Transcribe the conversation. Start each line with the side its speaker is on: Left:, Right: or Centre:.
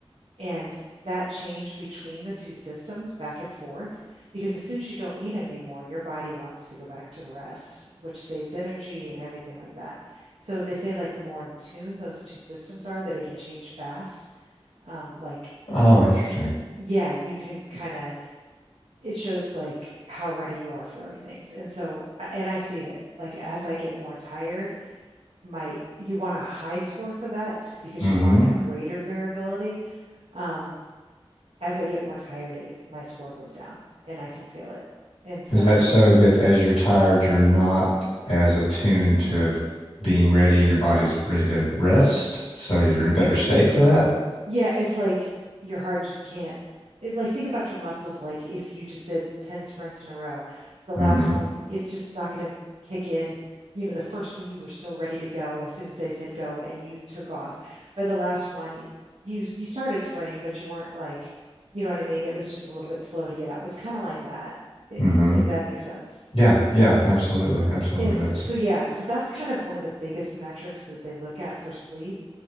Right: And that change between the two systems back and forth, because as soon as you don't need it anymore, your body wants to go back to rest, which saves energy and everything like that. So they say like the more in tune those two systems are, that it can change fast. Um, like
Left: Oh, interesting.
Right: yeah, you can kind of, it shows like how ready you are for everything. And so, and I see it like as I get more tired, my, you want a high score for that because
Left: hmm
Right: you want a greater variability. Um, as I get more tired, it, my score goes down and I can feel it. And so,
Left: Is that so that as you're tired, you're not as attuned to being ready and your body's ready to rest? So you're in a better state for that?
Right: yeah, it's like your heart just can't. It, like think about your muscles. Like if you just did 10 sprints in a row, the last
Left: hmm
Right: one, it's just not going to kick in. You know, the first one you were so ready to go as soon as they said go and you took off. By the last one, you you started sprinting, but you weren't like, you know what I mean? It was just a little bit slow to get up. It's kind of like that,
Left: hmm
Right: if that makes sense.
Left: Yeah, yeah, absolutely. Absolutely.
Right: And so,
Left: That's
Right: so yeah, so that's kind of one of the biggest metrics that they look at for sleep.